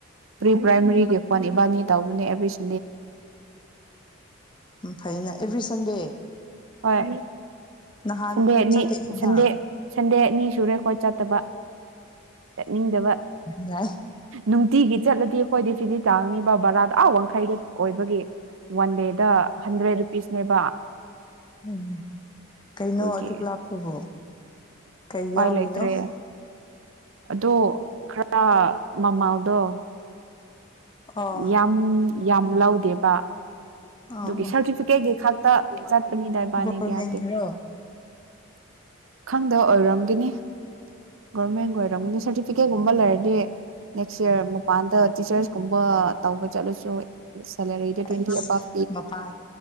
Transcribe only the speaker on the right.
ꯄꯔꯤ ꯄ꯭ꯔꯥꯏꯃꯔꯤꯒꯤ <unintelligible> ꯏꯕꯅꯤ ꯇꯧꯅꯦ ꯑꯗꯨꯁꯨ
ꯍꯣꯏ
ꯁꯟꯗꯦ ꯑꯅꯤ
ꯁꯟꯗꯦ ꯁꯟꯗꯦ ꯑꯅꯤ ꯁꯨꯔꯦ ꯈꯣꯏ ꯆꯠꯇꯕ ꯆꯠꯅꯤꯡꯗꯕ
ꯅꯨꯡꯇꯤꯒꯤ ꯆꯠꯂꯗꯤ ꯑꯩꯈꯣꯏꯗꯤ ꯐꯤꯖꯤ ꯇꯥꯡꯉꯅꯤ ꯕ ꯕꯔꯥꯗꯣ ꯑꯥ ꯋꯥꯡꯈꯩꯗ ꯑꯣꯏꯕꯒꯤ ꯋꯥꯟ ꯗꯦ ꯗ ꯍꯟꯗ꯭ꯔꯦꯠ ꯔꯨꯄꯤꯁ ꯅꯦꯕ
ꯑꯗꯨꯒꯤ
ꯎꯄꯥꯏ
ꯂꯩꯇ꯭ꯔꯦ ꯑꯗꯣ ꯈꯔ ꯃꯃꯜꯗꯣ
ꯌꯥꯝ ꯌꯥꯝ ꯂꯧꯗꯦꯕ
ꯗꯨꯒꯤ
ꯁꯔꯇꯤꯐꯤꯀꯦꯠꯀꯤ ꯈꯛ ꯇ ꯆꯠ ꯄꯤꯅꯤꯗꯥ ꯏꯕꯥꯅꯤꯗꯤ
ꯌꯥꯎꯗꯦ ꯈꯪꯗ ꯑꯣꯏꯔꯝꯒꯤꯅꯤ ꯒꯣꯔꯃꯦꯟꯒ ꯑꯣꯏꯔꯝꯒꯅꯤ ꯁꯥꯔꯇꯤꯐꯤꯀꯦꯠꯀꯨꯝꯕ ꯂꯩꯔꯗꯤ ꯅꯦꯛꯁ ꯏꯌꯥꯔ ꯃꯄꯥꯟꯗ ꯇꯤꯆꯔꯁ ꯀꯨꯝꯕ ꯇꯧꯕ ꯆꯠꯂꯁꯨ ꯁꯦꯂꯔꯤꯗ ꯇꯋꯦꯟꯇꯤ
ꯇꯨ ꯑꯚꯞ